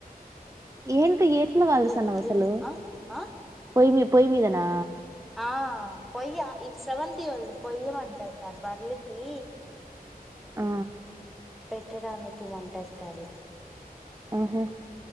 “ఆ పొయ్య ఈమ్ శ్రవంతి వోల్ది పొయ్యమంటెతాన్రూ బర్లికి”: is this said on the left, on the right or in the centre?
Centre